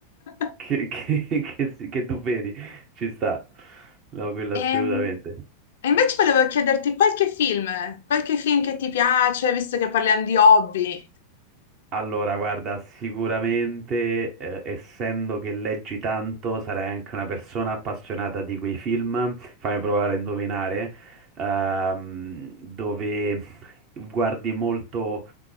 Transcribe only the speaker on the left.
<laughs>
Ehm,
E invece volevo chiederti qualche film, qualche film che ti piace, visto che parliamo di hobby,